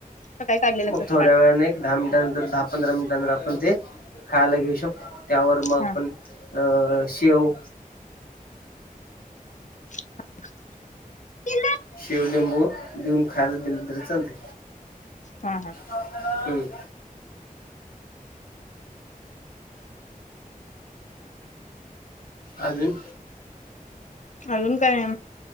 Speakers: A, on the left; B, on the left.
A: सकाळी काढलेलं असं
B: मग थोड्या
A: काढ
B: वेळाने दहा मिनटानंतर, दहा पंधरा मिनटानंतर आपण ते खायला घेऊ शकतो, त्यावर मग आपण
A: हा
B: अ शेव
A: <unintelligible> तिन
B: शेव, लिंबू देऊन, खायला दिल, तरी चालते.
A: हा हा.
B: हम्म. अजून?
A: अजून काय?